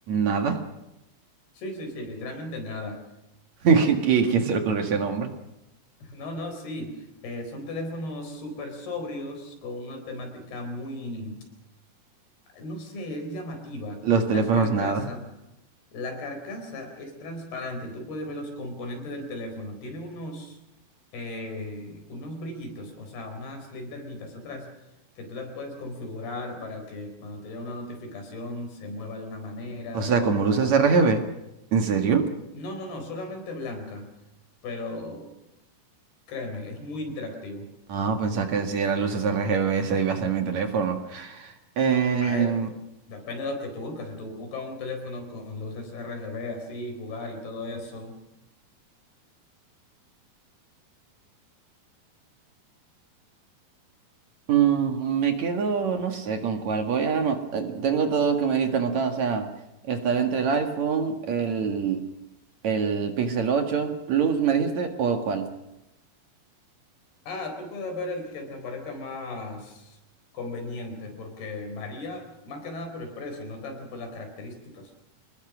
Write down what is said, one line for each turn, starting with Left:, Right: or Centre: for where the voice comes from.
Right: Nada.
Left: Sí, sí, sí, literalmente nada.
Right: <laughs> ¿Qui- qui- ¿Quién
Left: <laughs>
Right: se le ocurrió ese nombre?
Left: No, no, sí. Eh, son teléfonos súper sobrios con una temática muy, no sé, es llamativa.
Right: Los
Left: La
Right: teléfonos
Left: carcasa,
Right: nada.
Left: la carcasa es transparente. Tú puedes ver los componentes del teléfono. Tiene unos, eh, unos brillitos, o sea, unas linternitas atrás que tú las puedes configurar para que cuando te llegue una notificación se mueva de una manera,
Right: O sea,
Left: de otra.
Right: como luces RGB. ¿En serio?
Left: No, no, no, solamente blanca. Pero créeme, es muy interactivo.
Right: Ah, pensaba que si eran luces RGB se iba a ser mi teléfono. Eh,
Left: A ver, depende de lo que tú buscas. Si tú buscas un teléfono con luces R G B así, jugar y todo eso.
Right: mm, me quedo, no sé con cuál. Voy a anotar. Tengo todo lo que me dijiste anotado. O sea, estaré entre el iPhone, el, el Pixel 8 Plus, ¿me dijiste? ¿O cuál?
Left: Ah, tú puedes ver el que te parezca más conveniente, porque varía más que nada por el precio, no tanto por las características.